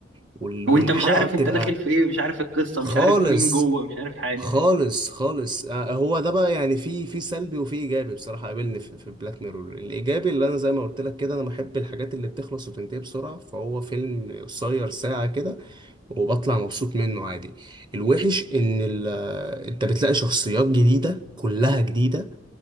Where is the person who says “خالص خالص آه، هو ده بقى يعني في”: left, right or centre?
Right